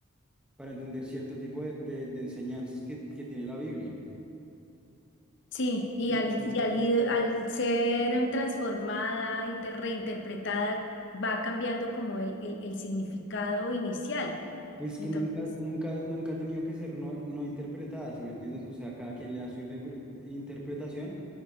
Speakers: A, in the centre; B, on the left (about 55°).
A: para entender cierto tipo de, de- de enseñanzas que, que tiene la Biblia.
B: Sí, y
A: ¿Entiendes?
B: al,
A: Por
B: y
A: ejemplo,
B: al, ir- al ser transformada, inter- reinterpretada, va cambiando como el, el, el significado inicial.
A: Pues es
B: Entonces,
A: que nunca, nunca, nunca ha tenido que ser no, no interpretada, ¿sí me entiendes? O sea, cada quien le da su irrempre- interpretación,